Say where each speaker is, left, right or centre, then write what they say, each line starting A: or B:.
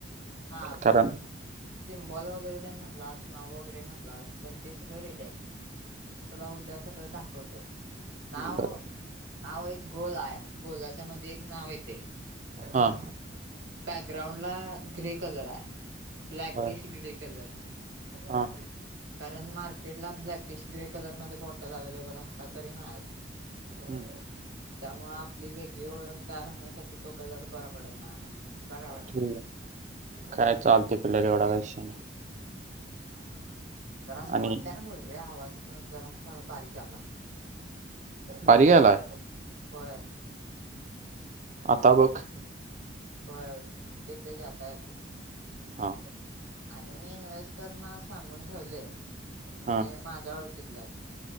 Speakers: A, on the right; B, on the right.
A: हा
B: कारण
A: पण सिम्बॉल वगैरे त्यांनी म्हणला अस नाव वगैरे म्हणलं अस तर ते सगळं रेडी आहे ते मी तुला उद्या सगळं दाखवतो नाव
B: बर
A: नाव एक गोल आहे गोलाच त्यामध्ये एक नाव येतंय
B: हां
A: बॅगग्राउंड आपला ग्रे कलर आहे ब्लॅकिश
B: बर
A: ग्रे कलर
B: हां
A: कारण मार कला ब्लॅकिश ग्रे कलरमध्येध्ये बॉटल अवलेबल असात तरी नाही
B: हम्म
A: त्यामुळे आपली वेगळी ओळख तयार होण्यासाठी तोक जर बर पडेल माझ्या मते तुला काय वाटते?
B: ठी काय चालते त्याला काय एवढा काही विषय
A: हा हा जरा असं
B: आणि
A: मोठ्यान बोल रे आवाज जरासा बारीक आला
B: पारी घेलाय
A: हो
B: आता बघ
A: होय येते घे आता
B: हा
A: आणि मेन वस्टर <inaudible> ना सांगून ठेवले
B: हां
A: जे माझ्या ओळखीतलं आहे